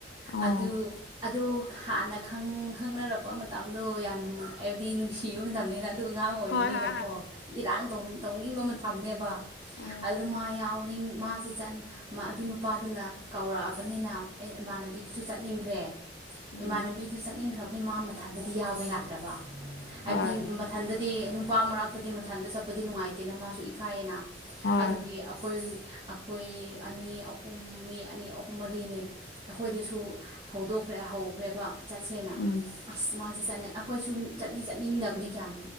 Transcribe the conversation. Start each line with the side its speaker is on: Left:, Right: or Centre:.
Left: ꯑꯣ
Right: ꯑꯗꯨ ꯑ ꯍꯥꯟꯅ ꯈꯪꯅꯔꯛꯄ ꯃꯇꯝꯗꯣ ꯌꯥꯝ ꯍꯥꯏꯕꯗꯤ ꯅꯨꯡꯁꯤꯕ ꯃꯇꯝꯅꯤꯅ ꯑꯗꯨ ꯑꯉꯥꯡ ꯑꯣꯏꯕꯅꯤꯅꯀꯣ
Left: ꯍꯣꯏ ꯍꯣꯏ ꯍꯣꯏ
Right: ꯏꯔꯥꯡ ꯇꯧꯅꯤꯡꯕ ꯃꯇꯝꯅꯦꯕ
Left: ꯎꯝ
Right: ꯑꯗꯨ ꯃꯥ ꯌꯥꯎ ꯃꯅꯤꯡ ꯃꯥꯁꯤ ꯑꯗꯨ ꯅꯨꯄꯥꯗꯨꯅ ꯀꯧꯔꯛꯑꯕꯅꯤꯅ ꯑꯦ ꯏꯃꯥꯟꯅꯕꯤꯗꯨꯁꯨ ꯆꯠꯅꯤꯡꯈ꯭ꯔꯦ
Left: ꯎꯝ
Right: ꯏꯃꯥꯟꯅꯕꯤꯗꯨ ꯆꯠꯅꯤꯡꯈ꯭ꯔꯕꯅꯤ ꯃꯥ ꯃꯊꯟꯗꯗꯤ ꯌꯥꯎꯕ ꯌꯥꯗ꯭ꯔꯕ ꯍꯥꯏꯕꯗꯤ
Left: ꯍꯣꯏ
Right: ꯃꯊꯟꯗ ꯇ ꯅꯨꯄꯥ ꯃꯔꯥꯛꯇꯗꯤ ꯃꯊꯟꯗ ꯆꯠꯄꯗꯤ ꯅꯨꯡꯉꯥꯏꯇꯦꯅ ꯃꯥꯁꯨ ꯏꯈꯥꯏꯌꯦꯅ
Left: ꯍꯣꯏ
Right: ꯑꯗꯨꯒꯤ ꯑꯩꯈꯣꯏ ꯑꯩꯈꯣꯏ ꯑꯅꯤ ꯑꯍꯨꯝ ꯃꯤ ꯑꯅꯤ ꯑꯍꯨꯝ ꯃꯔꯤꯅꯤ ꯑꯩꯈꯣꯏꯗꯁꯨ ꯍꯧꯗꯣꯛꯈ꯭ꯔꯦ ꯍꯧ ꯈ꯭ꯔꯦꯕ ꯆꯠꯁꯦꯅ
Left: ꯎꯝ
Right: ꯑꯁ ꯃꯥꯁꯦ ꯆꯠꯅ ꯑꯩꯈꯣꯏꯁꯨ ꯆꯠꯅꯤ ꯆꯠꯅꯤꯡꯗꯕꯅꯤ ꯀꯌꯥꯝ